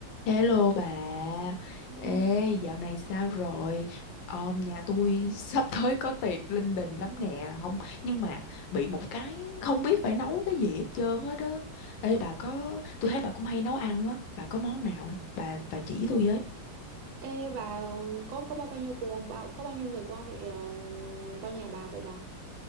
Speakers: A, on the left; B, on the right.
A: Hello bà,
B: Vâng.
A: ê dạo này sao rồi? Ờ, nhà tôi <laughs> sắp tới có tiệc linh đình lắm nè, không nhưng mà bị một cái không biết phải nấu cái gì hết trơn hết á. Ê bà có, tôi thấy bà cũng hay nấu ăn á, bà có món nào bà bà chỉ tôi với.
B: Ê bà có có bao bao nhiêu cuồng bao có bao nhiêu người qua vậy ờ, qua nhà bà vậy bà?